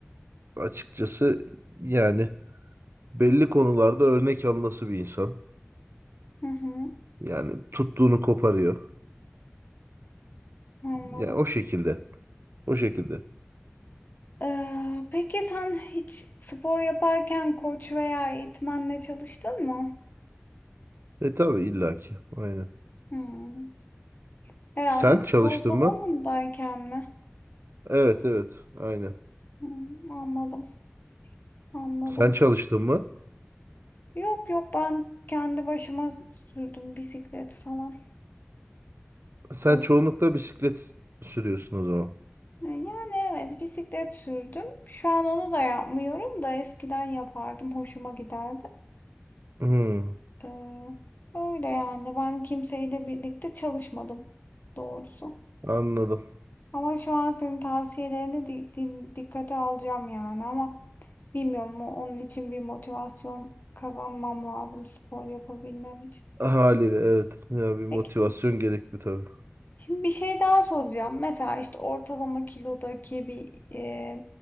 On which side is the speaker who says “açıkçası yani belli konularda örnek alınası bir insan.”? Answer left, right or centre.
Right